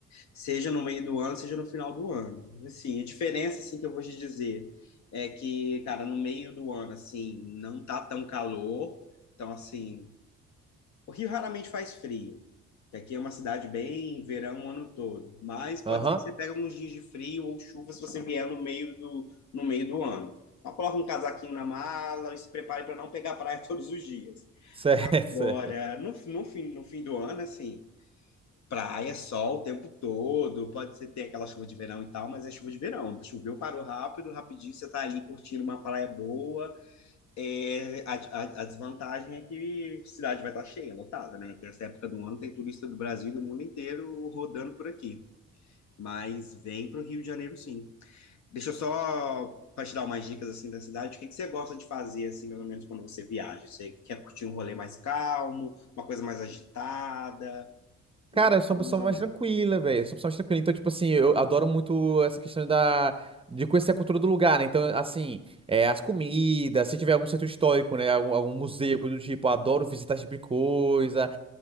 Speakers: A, on the left (about 65°); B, on the right (about 20°).
A: seja no meio do ano, seja no final do ano. Assim, a diferença assim que eu vou te dizer é que, cara, no meio do ano assim, não tá tão calor. Então, assim, O Rio raramente faz frio, que aqui é uma cidade bem verão o ano todo, mas pode
B: Aham,
A: ser que você pegue alguns dias de frio ou chuva se você vier no meio do, no meio do ano. Só coloca um casaquinho na mala e se prepare para não pegar praia <laughs> todos os dias.
B: <laughs> Certo, certo.
A: Agora, no, no fim, no fim do ano, assim, praia, sol o tempo todo, pode ser ter aquela chuva de verão e tal, mas é chuva de verão. Choveu, parou rápido, rapidinho, você tá ali curtindo uma praia boa, é, a, a- a desvantagem é que a cidade vai estar cheia, lotada, né? Nessa época do ano tem turista do Brasil e do mundo inteiro rodando por aqui. Mas vem para o Rio de Janeiro, sim. Deixa eu só para te dar umas dicas assim da cidade. O que que você gosta de fazer assim, mais ou menos quando você viaja? Você quer curtir um rolê mais calmo, uma coisa mais agitada? Hum,
B: Cara, eu sou uma pessoa
A: Mais ou
B: mais
A: menos.
B: tranquila, velho. Eu sou uma pessoa mais tranquila. Então, tipo assim, eu adoro muito essa questão da... de conhecer a cultura do lugar, né? Então, assim, é, as comidas, se tiver algum centro histórico, né? Algum, algum museu, coisa do tipo, eu adoro visitar esse tipo de coisa.